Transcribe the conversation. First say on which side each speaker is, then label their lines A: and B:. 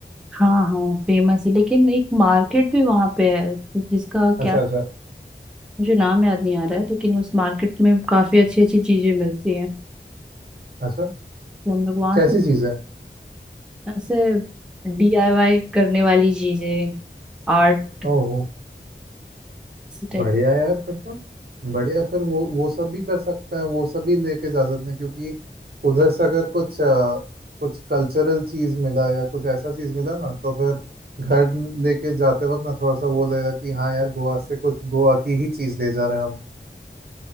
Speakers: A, in the centre; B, on the right.
A: हाँ हाँ फेमस है लेकिन एक मार्केट भी वहाँ पे है जिस- जिसका
B: अच्छा
A: क्या
B: अच्छा
A: मुझे नाम याद नहीं आ रहा है लेकिन उस मार्केट में काफी अच्छी अच्छी चीजें मिलती हैं
B: अच्छा
A: तो हम लोग वहां
B: कैसी
A: से
B: चीज है
A: ऐसे डीआईवाई करने वाली चीजें आर्ट
B: ओह
A: इसी टाइप
B: बढ़िया यार फिर तो बढ़िया फिर वो वो सब भी कर सकते हैं वो सब भी लेके जा सकते हैं क्योंकि उधर से अगर कुछ अ, कुछ कल्चरल चीज मिला या कुछ ऐसा चीज मिला ना तो फिर घर लेके जाते वक्त ना थोड़ा सा वो लगेगा कि हाँ यार गोवा से कुछ गोवा की ही चीज ले जा रहे हैं हम